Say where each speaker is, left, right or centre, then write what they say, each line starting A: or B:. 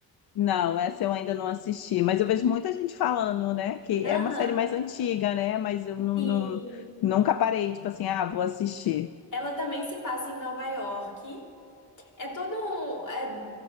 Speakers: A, on the left; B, on the left.
A: Não, essa eu ainda não assisti, mas eu vejo muita gente falando, né? Que é
B: Aham,
A: uma série mais antiga, né? Mas eu não,
B: sim.
A: não- nunca parei, tipo assim, ah, vou assistir.
B: Ela também se passa em Nova York. É todo um. É,